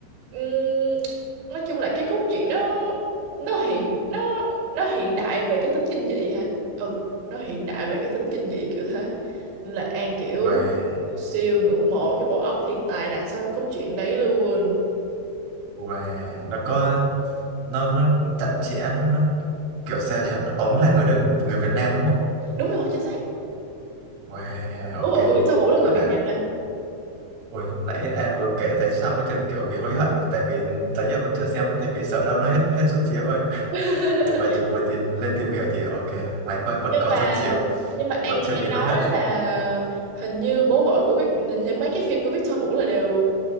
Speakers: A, on the right (about 80°); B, on the right (about 50°).
A: ừm, nói chung là cái cốt truyện nó nó hiện nó nó hiện đại về cái tính kinh dị ha ừ nó hiện đại về cái tính kinh dị kiểu thế Nên là An kiểu
B: wow.
A: siêu ngưỡng mộ cái bộ óc thiên tài đằng sau cái cốt truyện đấy luôn
B: Wow, nó có nó nó chặt chẽ nó nó kiểu sao nhỉ? Ông là người Đức, người Việt Nam đúng không?
A: đúng rồi chính xác
B: Wow,
A: bố
B: ok.
A: vợ của Victor Vũ là người
B: Vậy
A: Việt
B: là
A: Nam mà
B: ui, nãy anh vừa kể thấy xong cái chừng kiểu bị hối hận tại vì tới giờ vẫn chưa xem ấy, tại vì sợ đâu nó hết hết suất chiếu rồi.
A: <laughs>
B: <laughs> Nhưng mà chị vừa tìm lên tìm hiểu thì ok, may quá vẫn
A: nhưng
B: còn
A: mà
B: suất chiếu,
A: nhưng mà An
B: vẫn chưa
A: nghe
B: bị hối
A: nói
B: hận.
A: là hình như bố vợ của Vic nhìn thấy mấy cái phim của Victor Vũ là đều